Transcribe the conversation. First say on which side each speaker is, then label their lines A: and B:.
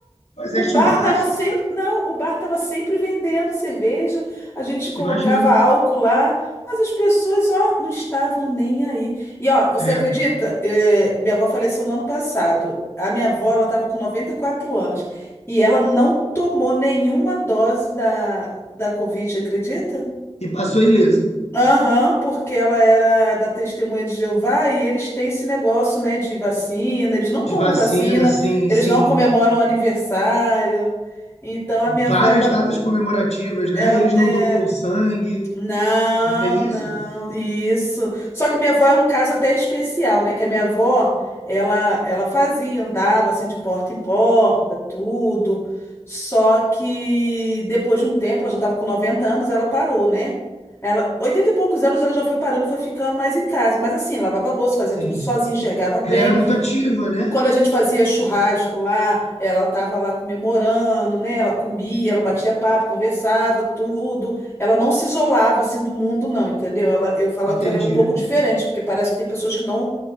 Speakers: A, on the left; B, on the left.
A: fazer
B: O bar
A: churrasco,
B: estava sempre, não, o bar estava sempre vendendo cerveja, a gente colocava
A: imagino.
B: álcool lá, mas as pessoas, ó, não estavam nem aí. E ó, você
A: É.
B: acredita? Eh, minha avó faleceu no ano passado. A minha avó, ela estava com 94 anos e ela não tomou nenhuma dose da da Covid, acredita?
A: E passou ilesa
B: Aham, porque ela era da Testemunha de Jeová e eles têm esse negócio, né, de vacina, eles não
A: de
B: tomam
A: vacina,
B: vacina,
A: assim,
B: eles
A: sim.
B: não comemoram aniversário. Então a
A: Várias
B: minha avó, ela,
A: datas comemorativas, né?
B: ela,
A: Eles
B: é,
A: não doam sangue,
B: não,
A: não tem isso?
B: não, isso. Só que minha avó era um caso até especial, né? Que a minha avó, ela, ela fazia, andava assim de porta em porta, tudo. Só que depois de um tempo, ela já estava com 90 anos, ela parou, né? Ela, 80 e poucos anos, ela já foi parando, foi ficando mais em casa. Mas assim, lavava louça, fazia
A: Sim.
B: tudo sozinha, enxergava bem.
A: Ela era muito ativa, né?
B: Quando a gente fazia churrasco lá, ela estava lá comemorando, né? Ela comia, ela batia papo, conversava, tudo. Ela não se isolava assim do mundo, não, entendeu? Ela, eu falo
A: Entendi.
B: que ela é um pouco diferente, porque parece que tem pessoas que não,